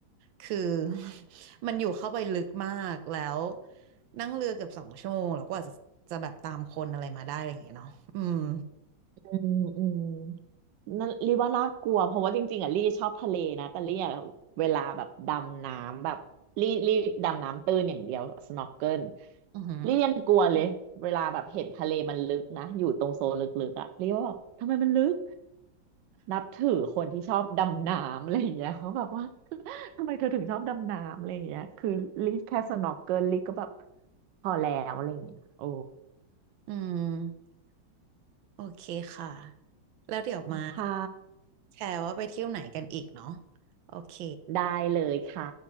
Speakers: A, on the right; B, on the right.
A: คือ <laughs> มันอยู่เข้าไปลึกมากแล้วนั่งเรือเกือบสองชั่วโมงแล้วกว่าจะจะแบบตามคนอะไรมาได้อะไรอย่างเงี้ยเนาะอืม
B: อืมอืมนั่นรีว่าน่ากลัวเพราะว่าจริงๆอ่ะลี่ชอบทะเลนะแต่ลี่อะเวลาแบบดำน้ำแบบลี่ลี่ดำน้ำตื้นอย่างเดียว snorkel ล
A: อือหือ
B: ลี่ยังกลัวเลยเวลาแบบเห็นทะเลมันลึกนะอยู่ตรงโซนลึกๆอ่ะลี่ว่าแบบทำไมมันลึกนับถือคนที่ชอบดำน้ำอะไรอย่างเงี้ยเขาแบบว่า <laughs> ทำไมเธอถึงชอบดำน้ำอะไรอย่างเงี้ยคือลี่แค่ snorkel ลลี่ก็แบบพอแล้วอะไรอย่างเงี้ยโอ้
A: อืมโอเคค่ะแล้วเดี๋ยวมา
B: ค่ะ
A: แชร์ว่าไปเที่ยวไหนกันอีกเนาะโอเค
B: ได้เลยค่ะ